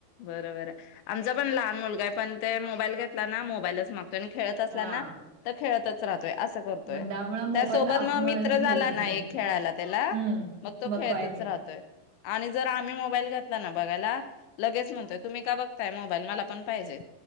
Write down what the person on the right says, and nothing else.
हा
मग त्यामुळे मोबाईल
आपणच
घ्यायचंच
नाही.
हम्म
काय नाही